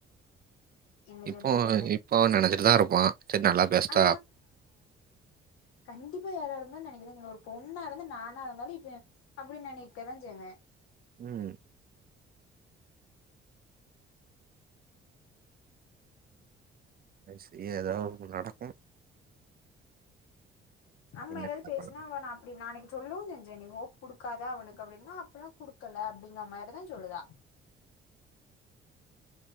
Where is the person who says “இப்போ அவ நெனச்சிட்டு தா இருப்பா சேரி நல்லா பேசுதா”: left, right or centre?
Right